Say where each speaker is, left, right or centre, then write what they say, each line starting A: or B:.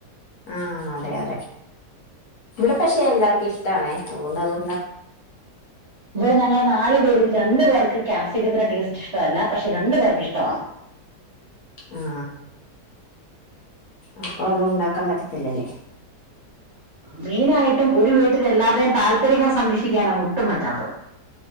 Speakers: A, on the left; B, on the right.
A: ആ അതെ അതെ ഇവിടെ പക്ഷെ എല്ലാർക്കും ഇഷ്ടാണെ അതുകൊണ്ട് അതു
B: ഇത് ഞങ്ങൾ നാല് പേരില രണ്ടു പേർക്ക് ക്യാപ്സിക്കത്തിന്റെ ടേസ്റ്റ് ഇഷ്ടമല്ല. പക്ഷെ രണ്ടു പേർക്ക് ഇഷ്ടമാണ്.
A: ആ അപ്പൊ അത് ഉണ്ടാക്കാൻ പറ്റത്തില്ലല്ലേ?
B: മെയിനായിട്ടും ഒരു വീട്ടിൽ എല്ലാവരുടെയും താല്പര്യങ്ങൾ സംരക്ഷിക്കാനാഒട്ടും പറ്റാത്തത്.